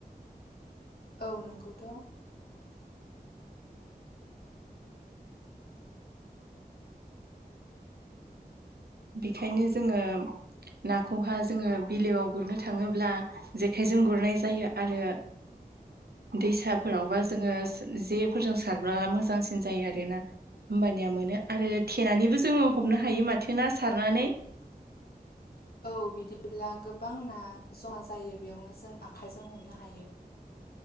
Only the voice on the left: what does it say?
औ नोंगौथ'
औ बिदिब्ला गोबां ना जमा जायो बेयावनो जों आखाइजों हमनो हायो।